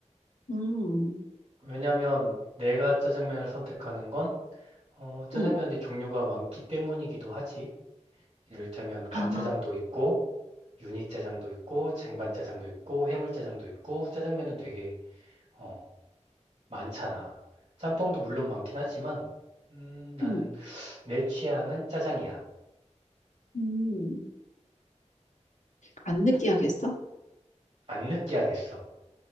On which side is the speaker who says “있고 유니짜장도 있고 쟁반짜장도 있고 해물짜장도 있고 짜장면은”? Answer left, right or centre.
Right